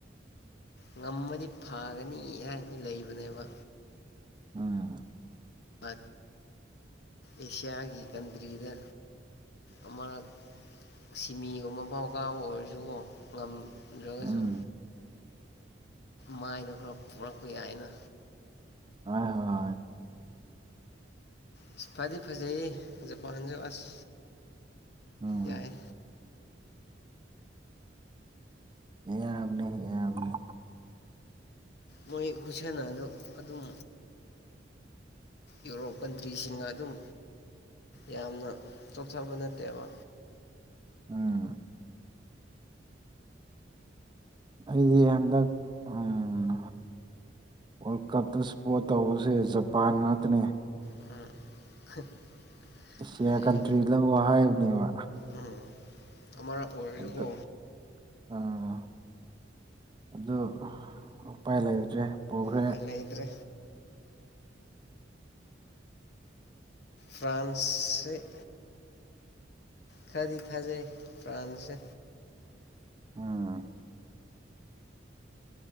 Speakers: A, on the left; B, on the right.
A: ꯉꯝꯃꯗꯤ ꯐꯒꯅꯤ ꯍꯥꯏꯅ ꯂꯩꯕꯅꯦꯕ
B: ꯎꯝ
A: ꯃꯥ ꯑꯦꯁꯤꯌꯥꯒꯤ ꯀꯟꯇ꯭ꯔꯤꯗ ꯑꯃꯔꯛ ꯁꯤꯃꯤꯒꯨꯝꯕ ꯐꯥꯎ ꯀꯥꯕ ꯑꯣꯏꯔꯁꯨꯀꯣ ꯉꯝ ꯗꯔꯒꯁꯨ
B: ꯎꯝ
A: ꯃꯥꯏꯗꯣ ꯈꯔ ꯄꯣꯔꯛꯄ ꯌꯥꯏꯅ
B: <unintelligible>
A: ꯑꯁ ꯐꯗꯤ ꯐꯖꯩꯌꯦ ꯖꯄꯥꯟꯁꯨ ꯑꯁ
B: ꯎꯝ
A: ꯌꯥꯏ
B: ꯌꯥꯕꯅꯦ ꯌꯥꯕꯅꯦ
A: ꯃꯣꯏ ꯈꯨꯁꯟꯅꯗꯣ ꯑꯗꯨꯝ ꯌꯨꯔꯣꯞ ꯀꯟꯇ꯭ꯔꯤꯁꯤꯡꯒ ꯑꯗꯨꯝ ꯌꯥꯝꯅ ꯆꯣꯛꯊꯕ ꯅꯠꯇꯦꯕ
B: ꯎꯝ ꯑꯩꯗꯤ ꯍꯟꯗꯛ ꯎꯝ ꯋꯥꯔꯜ ꯀꯞꯇ ꯁꯄꯣꯔꯠ ꯇꯧꯕꯁꯦ ꯖꯄꯥꯟ ꯉꯥꯛꯇꯅꯦ
A: ꯎꯝ <unintelligible>
B: ꯑꯦꯁꯤꯌꯥ
A: ꯐꯖꯩꯌꯦ
B: ꯀꯟꯇ꯭ꯔꯤ ꯂꯧꯕ ꯍꯥꯏꯕꯅꯦꯕ
A: ꯎꯝ ꯑꯃꯔꯛ ꯑꯣꯏꯔꯁꯨꯀꯣ
B: ꯑꯗꯨ ꯑꯥ ꯑꯗꯨ ꯎꯄꯥꯏ ꯂꯩꯇ꯭ꯔꯦ ꯄꯨꯈ꯭ꯔꯦ
A: ꯎꯄꯥꯏ ꯂꯩꯇ꯭ꯔꯦ ꯐ꯭ꯔꯥꯟꯁꯤ ꯈꯔꯗꯤ ꯊꯥꯖꯩ ꯐ꯭ꯔꯥꯟꯁꯦ
B: ꯎꯝ